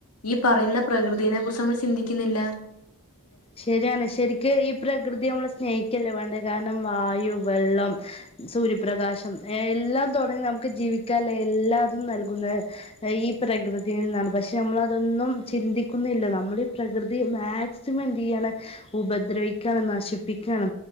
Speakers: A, on the left; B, on the left.
A: ഈ പറയുന്ന പ്രകൃതിനെ കുറിച്ച് നമ്മള് ചിന്തിക്ക്ന്നില്ല
B: ശരിയാണ് ശരിക്ക് ഈ പ്രകൃതിയ നമ്മള്സ്നേഹിക്കല്ലേ വെണ്ടേ കാരണം വായു വെള്ളം സൂര്യപ്രകാശം എല്ലാം തൊടങ്ങി നമുക്ക് ജീവിക്കാളള എല്ലാതും നൽകുന്ന ഈ പ്രകൃതിയിൽ നിന്നാണ് പക്ഷെ നമ്മളതൊന്നും ചിന്തിക്കുന്നേല്ല നമ്മള് ഈ പ്രകൃതി മാക്സ് സിമം എന്ത് ചെയ്യാണ് ഉപദ്രവിക്കാണ് നശിപ്പിക്കാണ്